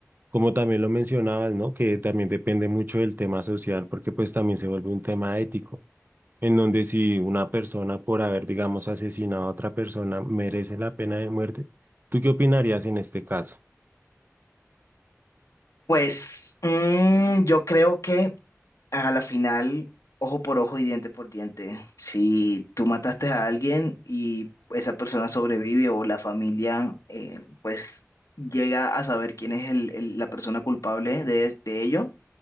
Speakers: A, on the right; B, on the left.
A: Como también lo mencionabas, ¿no? Que también depende mucho del tema social, porque pues también se vuelve un tema ético, en donde si una persona por haber, digamos, asesinado a otra persona merece la pena de muerte, ¿tú qué opinarías en este caso?
B: Pues mm, yo creo que A la final, ojo por ojo y diente por diente. Si tú mataste a alguien y esa persona sobrevive o la familia, eh, pues llega a saber quién es el- el- la persona culpable de, de ello,